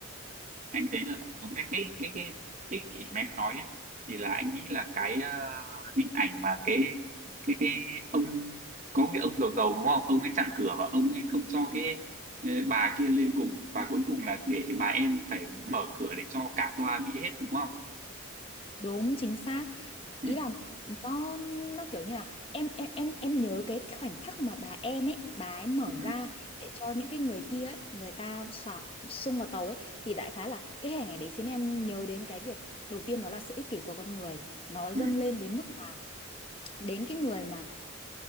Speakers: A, on the right; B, on the left.
A: anh thấy là cũng đúng đấy cái cái cái ích kỷ mà em nói ấy, thì là anh nghĩ là cái ờ, hình ảnh mà cái cái cái ông có cái ông giàu giàu đúng không ông ấy chặn cửa và ông ấy không cho cái ờ, bà kia lên cùng và cuối cùng là để cái bà em phải mở cửa để cho cả toa bị hết đúng không
B: đúng chính xác ý
A: ừ,
B: là nó nó kiểu như là em em em em nhớ cái khoảnh khắc mà bà em ấy bà ấy mở
A: ừ,
B: ra để cho những cái người kia ấy người ta xả xung vào tàu ấy thì đại khái là cái hình ảnh đấy khiến em nhớ đến cái việc đầu tiên đó là sự ích kỷ của con người nó
A: ừ,
B: dâng lên đến mức mà đến cái người mà